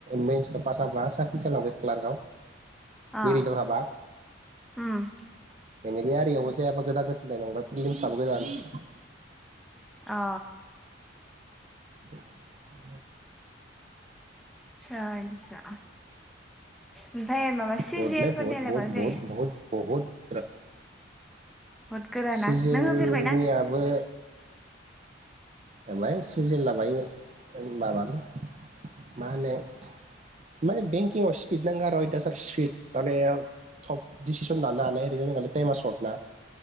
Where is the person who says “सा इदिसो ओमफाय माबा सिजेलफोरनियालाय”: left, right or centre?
Centre